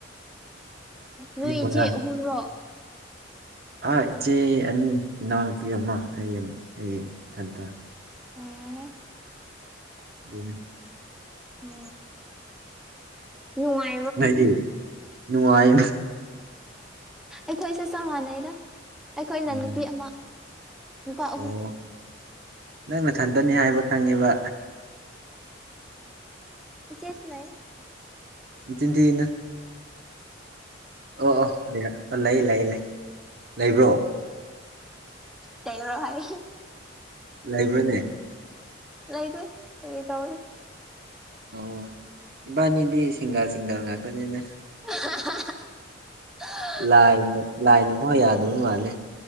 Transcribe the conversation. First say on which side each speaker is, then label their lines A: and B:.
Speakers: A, in the centre; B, on the right.
A: ꯅꯣꯏ
B: ꯅꯨꯄꯤ ꯃꯉꯥ
A: ꯏꯆꯦ ꯑꯍꯨꯝꯔꯣ
B: ꯑ ꯏꯆꯦ ꯑꯅꯤ ꯏꯅꯥꯎꯅꯨꯄꯤ ꯑꯃ ꯑꯩ ꯑꯩ ꯏꯊꯟꯗ
A: ꯎꯝ ꯑꯣ
B: <inaudible>
A: ꯑꫭ ꯅꯨꯉꯥꯏ
B: ꯉꯗꯤ ꯅꯨꯡꯉꯥꯏ
A: ꯑꯩꯈꯣꯏꯁꯦ ꯆꯞ ꯃꯥꯟꯅꯩꯗ ꯑꯩꯈꯣꯏꯅ
B: ꯎꯝ
A: ꯅꯨꯄꯤ ꯑꯃ ꯅꯨꯄꯥ ꯑꯍꯨꯝ
B: ꯑꯣ ꯅꯪ ꯃꯊꯟꯗꯅꯤ ꯍꯥꯏꯕ ꯈꯪꯉꯤꯕ
A: ꯏꯆꯦꯁ ꯂꯩꯏ
B: ꯏꯆꯤꯟ <unintelligible> ꯑꯣ ꯑꯣ ꯂꯩ ꯂꯩ ꯂꯩ ꯂꯩ ꯂꯩꯕ꯭ꯔꯣ
A: ꯇꯕ꯭ꯔꯣ ꯍꯥꯏ
B: ꯂꯥꯏꯕꯅꯦ
A: ꯂꯩꯥꯏꯗꯤ ꯇ
B: ꯑꯣ ꯏꯕꯥꯅꯤꯗꯤ ꯁꯤꯡꯒꯥꯜ ꯁꯤꯡꯒꯜ ꯉꯥꯛꯇꯅꯦꯅꯦ
A: <inaudible>
B: ꯂꯥꯏꯅ ꯂꯥꯏꯅ ꯐ ꯌꯥꯗꯕ ꯃꯥꯂꯦ